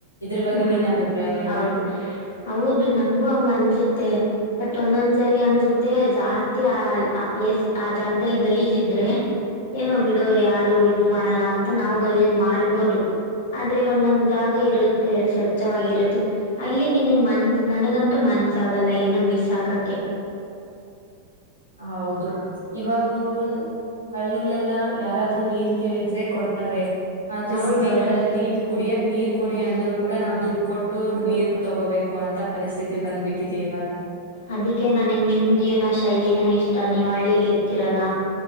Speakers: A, on the left; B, on the left.
A: ಇದ್ರ ಬಗ್ಗೆ
B: ಹ್ಮ್
A: ನಿನ್ ಅಭಿಪ್ರಾಯ ಏನು?
B: ಹೌದು ಹೌದು ನಂಗು ಹಂಗ್ ಅನ್ಸುತ್ತೆ ಬಟ್ ಒಂದೊಂದ್ ಸರಿ ಅನ್ಸುತ್ತೆ ಜಾಸ್ತಿ ಆ ಆ ಪ್ಲೇಸ್ ಆ ಜಾಗದಲ್ಲಿ ಗಲೀಜ್ ಇದ್ರೆ ಏನೋ ಬಿಡು ಯಾರು ಇದು ಮಾಡಲ್ಲ ಅಂತ ನಾವು ಗಲೀಜ್ ಮಾಡ್ಬೋದು ಆದ್ರೆ ಒಂನ್ನೊಂದ್ ಜಾಗ ಇರು ತ್ತೆ ಸ್ವಚ್ವಾಗಿರುತ್ತೆ ಅಲ್ಲಿ ನಿನಗ್ ಮನ್ ನನಗಂತೂ ಮನ್ಸ ಆಗಲ್ಲ ಏನು ಬಿಸಾಕಕ್ಕೆ.
A: ಹೌದು ಇವಾಗ ನೋಡು ಹಳ್ಳಿಲೆಲ್ಲಾ ಯಾರಾದ್ರು ನೀರ್ ಕೇಳಿದ್ರೆ ಕೊಡ್ತಾರೆ ಆದ್ರೆ
B: ಹೌದೌದು
A: ಸಿಟಿಗಳಲ್ಲಿ ಕುಡಿಯಕ್ ನೀರ್ ಕೊಡಿ ಅಂದ್ರು ಕೂಡ ನಾವು ದುಡ್ಡು ಕೊಟ್ ಟ್ಟು ನೀರ್ ಕ್ ತಗೋಬೇಕು ಅಂತ ಪರಿಸ್ಥಿ ತಿ ಬಂದ್ಬಿಟ್ಟಿದೆ ಇವಾಗ
B: ಅದಕ್ಕೆ ನನ್ಗ್ ನಿಮ್ ಜೀವನ ಶೈಲಿನೆ ಇಷ್ಟ ನೀವ್ ಹಳ್ಳಿಲಿ ಇರ್ತೀರಲ್ಲ.